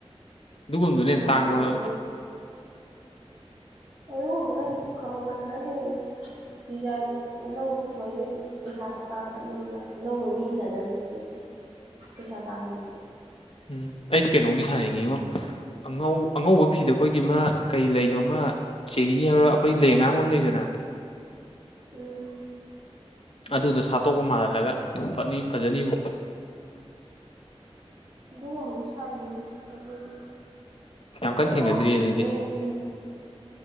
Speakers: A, on the left; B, on the right.
A: ꯑꯗꯨꯒꯨꯝꯕ ꯗꯨꯅ ꯍꯦꯟꯅ ꯇꯥꯡꯕ꯭ꯔꯣ
B: ꯄꯨꯊꯣꯛꯅꯩ ꯑꯗꯨꯒꯨꯝꯕꯅ ꯈꯃꯃꯜ ꯈꯔ ꯍꯦꯟꯜꯂꯦ ꯗꯤꯖꯥꯏꯟꯗꯣ ꯑꯅꯧꯕ ꯄꯨꯊꯣꯛꯏ ꯀꯩ ꯄꯩꯁꯥꯗꯤ ꯇꯥꯡꯈꯠꯂꯤꯅ ꯑꯅꯧꯕ ꯃꯤ ꯏꯅꯗꯕꯗꯨꯗꯤ ꯄꯩꯁꯥ ꯇꯥꯡꯉꯦꯕ
A: ꯎꯝ ꯑꯩꯗꯤ ꯀꯩꯅꯣꯝꯒꯤ ꯁꯥꯅꯤꯡꯉꯤꯉꯣ ꯑꯉꯧ ꯑꯉꯧꯕ ꯐꯤꯗꯣ ꯑꯩꯈꯣꯏꯒꯤꯃꯥ ꯀꯩ ꯂꯩꯅꯣꯃ ꯆꯦꯔꯤ ꯍꯥꯢꯕ꯭ꯔꯥ ꯑꯩꯈꯣꯏ ꯂꯩ ꯑꯉꯥꯡ ꯑꯃ ꯂꯩꯗꯅ
B: ꯎꯝ
A: ꯑꯗꯨꯗꯣ ꯁꯥꯠꯇꯣꯛꯄ ꯃꯥꯜꯍꯜꯂꯒ ꯐꯅꯤ ꯐꯖꯅꯤꯕꯨ
B: ꯑꯗꯨꯒꯨꯝꯕꯗꯨ ꯁꯥꯏꯅꯤ ꯑꯩꯈꯣꯢꯗꯤ
A: ꯌꯥꯝ ꯀꯟꯅ
B: ꯑꯗꯨꯒꯨꯝꯕꯗꯨꯗꯤ
A: ꯊꯦꯡꯅꯗ꯭ꯔꯤ ꯑꯗꯨꯗꯤ
B: ꯃꯌꯦꯛꯇꯨ